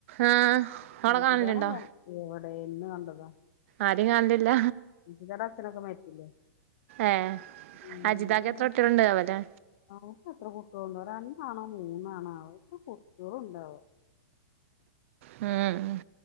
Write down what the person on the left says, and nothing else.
അജിതാന
<unintelligible> എ എന്ന് കണ്ടത
ഗിരിജടെ അച്ഛനൊക്കെ മരിച്ചില്ലേ
ഉം
<unintelligible>
ഓക് എത്ര കുട്ടിഒൾ ഉണ്ടോ രണ്ടാണോ മൂന്നാണാവ ഇപ്പ കുട്ടിയോളും ഉണ്ടാവ